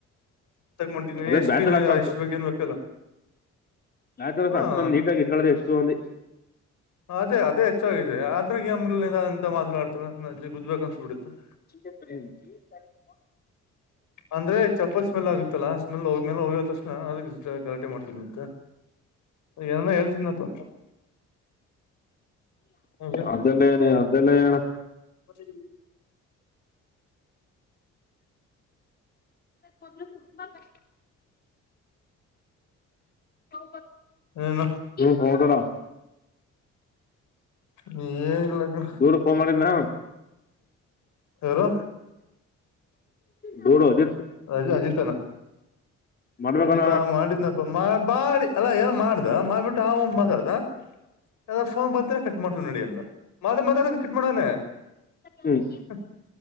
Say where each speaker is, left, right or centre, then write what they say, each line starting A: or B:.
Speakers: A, on the left; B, on the left.
A: ತಗೊಂಡಿದನ
B: ಅದೇ
A: ಎಷ್ಟ
B: ಬ್ಯಾಚಲರ್
A: ಪಿ
B: ಅಷ್ಟು
A: ಎಷ್ಟ ಬಗ್ ಏನ್ ಬೇಕಲ್ಲ
B: ನಾ್ ತರಸ
A: ಹಾ
B: ಅಷ್ಟೊಂದು ನೀಟಾಗಿ ಇಟ್ಕೊಳ್ಳ್ದ ಎಷ್ಟು ಒಂದು
A: ಅದೇ ಅದೇ ಹೆಚ್ಚಾಗಿದೆ ಆದ್ರಮಂತ ಮಾತಾಡ್ತಾನಜ ಬ್ಬೇಕು ಅನ್ಸ್ಬಿಡೆ ಹ
B: ಪ್ಲಜ್
A: ಅಂದ್ರೆ ಚಪ್ಪಲ್ ಸ್ಮೆಲ್ ಆಗುತ್ತಲ್ಲಾ ಸ್ಮೆಲ್ ಹ್ಮೇಲ್
B: ಹ್ಮ್
A: ಹೋಗ್ಯ ತಕ್ಷಣ ಅದ ಗಲಾಟೆ ಮಾಡ್ತಿ್ ಅಂತ ಏ ಹೇಳ್ತಿದ್ನಪ್ಪ ಹಂಗೆ
B: ಅದಲ್ಲನೆ ಅದೆಲ್ಲಯಾನ
A: ಮತ್ತ
B: ಹೋದ್ರೆ ತುಂಬಾ ಕಷ್ಟ ಹ
A: ಏನೋ
B: ಕಟ ನ
A: ನೀ ಏನ್ ಇಲ್ಲಕ್ಕ
B: ದೂಡು ಫೋನ್ ಮಾಡಿದ್ನ
A: ಯಾರೋ
B: ಗೌಡ ಹಜ
A: ಅಜ ಅಜಿತಾನ
B: ಮಾಡ್ಬೇಕಲ್ಲ
A: ಅಜಿತಾ
B: ಅವ
A: ಮಾಡಿದನಪ್ಪ ಬಾ ಅಲ್ಲ ಏನು ಮಾಡ್ದ ಮಾಡ್ಬಿಟ್ಟು ಅವು ಮಾತಾಡ್ದ ನನಗ ಫೋನ್ ಬಂತ ಕಟ್ ಮಾಡ್ಕೊಂಡ ನಡಿ ಅಂದಾ? <unintelligible> ಮತಡಿ ಮತಡಿ ಕಟ್ ಮಾಡವನೆ.
B: ಹ್ಮ್
A: <unintelligible>